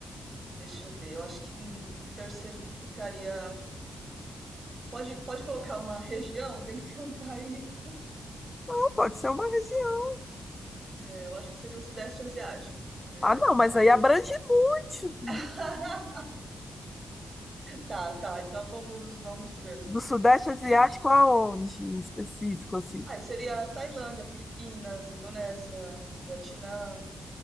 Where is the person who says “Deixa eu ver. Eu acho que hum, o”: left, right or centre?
Right